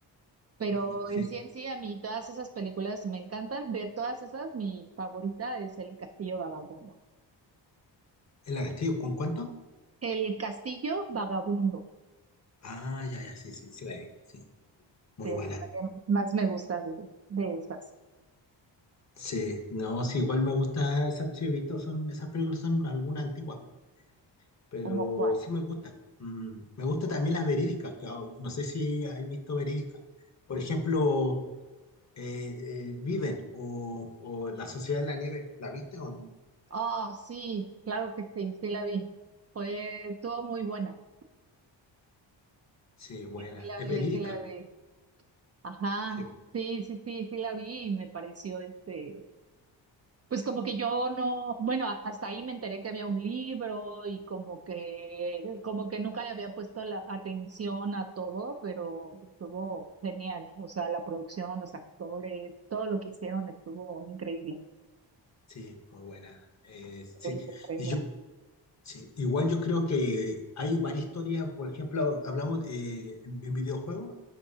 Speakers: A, on the right; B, on the left.
A: Pero
B: mm, sí.
A: en sí, en sí, a mí todas esas películas me encantan. De todas esas, mi favorita es El Castillo Vagabundo.
B: ¿El Castillo con cuánto?
A: El Castillo Vagabundo,
B: Ah, ya, ya, sí, sí, sí la vi, sí, muy
A: sí,
B: buena.
A: es la que más me gusta de, de esas,
B: Sí, no, sí, igual me gusta, esa- sí, he visto, son, esas películas son algunas antiguas, pero
A: como Juan.
B: sí me gusta. Mm, me gusta también las verídicas, que ah, no sé si has visto verídicas. Por ejemplo, eh, eh, Viven o, o La Sociedad de la Nieve, ¿la viste o no?
A: oh sí, claro que sí, sí la vi. Fue, estuvo muy buena.
B: Sí, buena,
A: Sí la
B: es
A: vi,
B: verídica.
A: sí la vi. Ajá,
B: Sí, bu-
A: sí, sí, sí, sí la vi y me pareció este, pues como que yo no, bueno, a- hasta ahí me enteré que había un libro y como que, como que nunca le había puesto la atención a todo, pero estuvo genial, o sea, la producción, los actores, todo lo que hicieron estuvo increíble,
B: sí, muy buena. Eh,
A: increíble,
B: sí,
A: increíble.
B: y yo, sí, igual yo creo que hay varias historias, por ejemplo, hablamos eh, en, en videojuegos.